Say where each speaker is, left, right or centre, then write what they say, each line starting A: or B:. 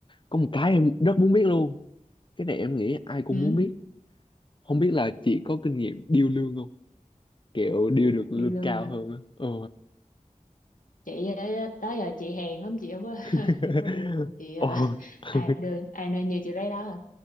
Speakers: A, on the left; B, on the left.
A: có một cái em rất muốn biết luôn cái này em nghĩ ai cũng
B: ừ.
A: muốn biết không biết là chị có kinh nghiệm điêu lương không kiểu điêu được lương
B: đi lương
A: cao
B: hả
A: hơn á ừ.
B: chị ờ, đó giờ chị hèn lắm chị không có
A: <laughs>
B: <laughs> chị không có điều lương chị ờ,
A: ồ <laughs>
B: ai đưa ai nên như chị đấy đó à.